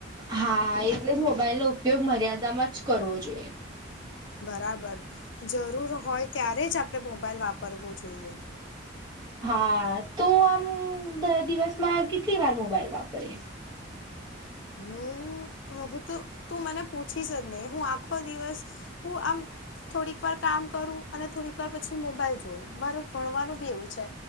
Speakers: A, on the right; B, on the left.
A: હા એટલે જ મોબાઈલનો ઉપયોગ મર્યાદામાં જ કરવો જોઈએ.
B: બરાબર જરૂર હોય ત્યારે જ આપડે મોબાઈલ વાપરવો જોઈએ.
A: હા તું આમ દિવસમાં કેટલી વાર મોબાઈલ વાપરે
B: હમ હું તો તું મને પૂછી જ નહી હું આખો દિવસ. હું આમ. થોડીક વાર કામ કરું અને થોડીક વાર પછી મોબાઈલ જોવું મારે ભણવાનું બી એવું છે.